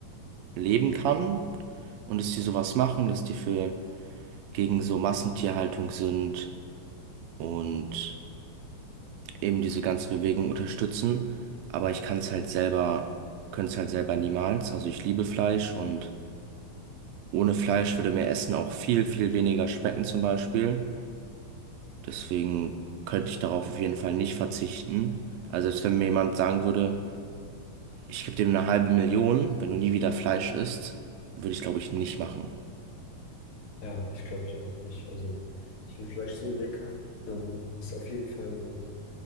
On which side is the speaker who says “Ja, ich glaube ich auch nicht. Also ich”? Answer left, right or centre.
Left